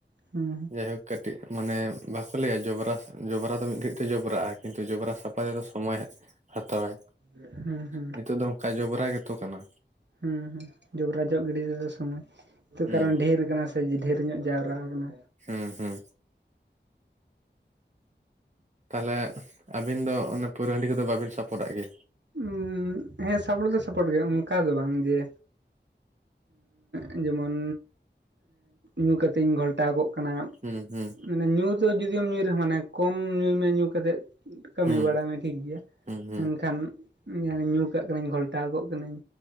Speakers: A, on the right; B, on the right.
A: ᱦᱩᱸ
B: ᱡᱟᱭᱦᱳᱠ ᱠᱟᱹᱴᱤᱡ ᱢᱟᱱᱮ ᱵᱟᱠᱚ ᱞᱟᱹᱭᱟ ᱡᱚᱵᱨᱟ ᱡᱚᱵᱨᱟ ᱫᱚ ᱢᱤᱫ ᱜᱷᱟᱹᱲᱤᱡ ᱛᱮ ᱡᱚᱵᱨᱟᱜ-ᱟ᱾ ᱠᱤᱱᱛᱩ ᱡᱚᱵᱨᱟ ᱥᱟᱯᱷᱟ ᱛᱮᱫᱚ ᱥᱚᱢᱚᱭ ᱦᱟᱸᱜ ᱦᱟᱛᱟᱣᱟᱭ
A: ᱦᱩᱸ ᱦᱩᱸ
B: ᱱᱤᱛᱚᱜ ᱫᱚ ᱚᱱᱠᱟ ᱡᱚᱵᱽᱨᱟ ᱜᱮᱛᱚ ᱠᱟᱱᱟ
A: ᱦᱩᱸ ᱦᱩᱸ ᱡᱚᱵᱽᱨᱟᱡᱚᱜ ᱜᱤᱰᱤ ᱛᱮᱫᱚ ᱥᱚᱢᱚᱭ
B: ᱦᱩᱸ
A: ᱠᱟᱨᱚᱱ ᱰᱷᱮᱨ ᱠᱟᱱᱟ ᱫᱮ ᱰᱷᱮᱨᱧᱚᱜ ᱡᱟᱣᱨᱟ ᱠᱟᱱᱟ
B: ᱦᱮᱸ ᱦᱮᱸ ᱛᱟᱦᱚᱞᱮ ᱟᱵᱤᱱ ᱫᱚ ᱚᱱᱮ ᱯᱟᱹᱣᱨᱟᱹ ᱦᱟᱺᱰᱤ ᱠᱚᱫᱚ ᱵᱟᱵᱤᱱ ᱥᱟᱯᱚᱨᱴᱟᱜ ᱜᱮᱭᱟ
A: ᱩᱻ ᱦᱮ ᱥᱟᱯᱚᱴ ᱫᱚ ᱥᱟᱯᱚᱴ ᱜᱮ ᱚᱱᱠᱟ ᱫᱚ ᱵᱟᱝ ᱡᱮ ᱩ ᱡᱮᱢᱚᱱ ᱧᱩ ᱠᱟᱛᱮᱧ ᱜᱷᱚᱞᱴᱟᱣ ᱠᱚᱜ ᱠᱟᱱᱟ
B: ᱦᱩᱸ ᱦᱩᱸ
A: ᱢᱟᱱᱮ ᱧᱩ ᱫᱚ ᱡᱩᱫᱤᱢ ᱧᱩᱭ ᱨᱮᱦᱚ ᱢᱟᱱᱮ ᱠᱚᱢ ᱧᱩᱭ ᱢᱮ ᱧᱩ ᱠᱟᱛᱮᱫ ᱠᱟᱹᱢᱤ
B: ᱦᱩᱸ
A: ᱵᱟᱲᱟᱭ ᱢᱮ ᱴᱷᱤᱠᱜᱮᱭᱟ
B: ᱦᱩᱸ ᱦᱩᱸ
A: ᱢᱮᱱᱠᱷᱟᱱ ᱧᱩ ᱠᱟᱜ ᱠᱟᱹᱱᱟᱹᱧ ᱜᱷᱚᱞ ᱛᱟᱣᱟᱜᱚᱜ ᱠᱟᱹᱱᱟᱹᱧ